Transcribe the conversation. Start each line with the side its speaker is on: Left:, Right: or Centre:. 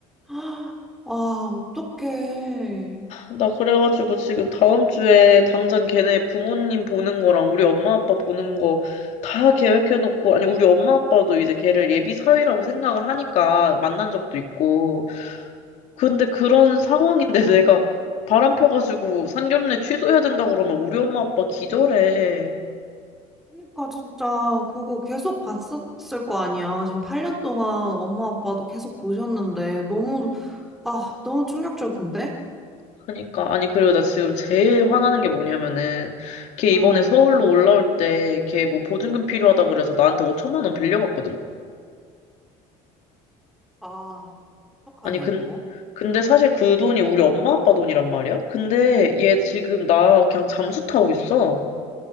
Centre: 아, 와, 어떡해.
Left: 나 그래가지고 지금 다음 주에 당장 걔네 부모님 보는 거랑 우리 엄마 아빠 보는 거 다 계획해놓고, 아니, 우리 엄마 아빠도 이제 걔를 예비 사위라고 생각을 하니까 만난 적도 있고. 근데 그런
Centre: 어,
Left: 상황인데 <laughs> 내가 바람 펴가지고 상견례 취소해야 된다 그러면 우리 엄마 아빠 기절해.
Centre: 그러니까 진짜 그거 계속 봤었을 거 아니야. 지금 8년 동안 엄마 아빠도 계속 보셨는데 너무, 아, 너무 충격적인데?
Left: 그러니까, 아니, 그리고 나 지금 제일 화나는 게 뭐냐면은, 걔
Centre: 음.
Left: 이번에 서울로 올라올 때 걔 뭐 보증금 필요하다 그래서 나한테 5천만 원 빌려갔거든?
Centre: 아, 어떡하냐,
Left: 아니, 근,
Centre: 이거.
Left: 근데 사실 그 돈이 우리 엄마 아빠 돈이란 말이야? 근데 얘 지금 나 그냥 잠수 타고 있어.